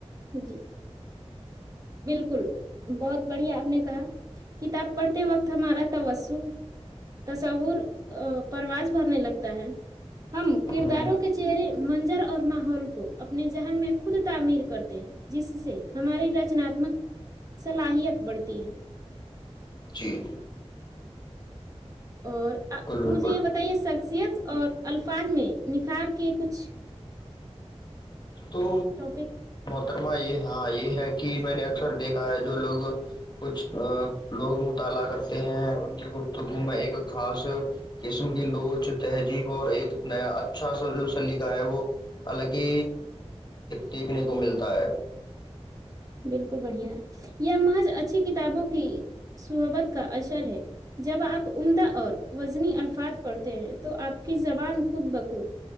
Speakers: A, on the right (about 30°); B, on the left (about 40°).
A: جی بالکل بہت بڑھیا آپ نے کہا کتاب پڑھتے وقت ہمارا تسر تصور پرواز بھرنے لگتا ہے ہم کرداروں
B: ہوں ہ
A: کے چہرے منظر اور ماحول کو اپنے ذہن میں خود تعمیر کرتے ہیں جس سے ہماری رج رمک صلاحیت بڑھتی ہے
B: چین
A: اور
B: بالکل
A: مجھے یہ بتائیے شخصیت اور الفاظ میں نکھار کے کچھ
B: تو
A: ٹاپک
B: خترما یہ ہاں یہ ہے کہ میں نے اکثر دیکھا ہے جو لوگ کچھ لوگ مطالعہ کرتے ہیں ان کی گفتگو میں ایک خاص قسم کی لوچ تہذیب اور ایک نیا اچھا سا جو سلیقہ ہے وہ حالکہ دیکھنے کو ملتا ہے
A: بالکل بڑھیا ہے یہ محض اچھی کتابوں کی صحبت کا اثر ہے جب آپ عمدہ اور وزنی الفاظ پڑھتے تو آپ کی زبان خود بخود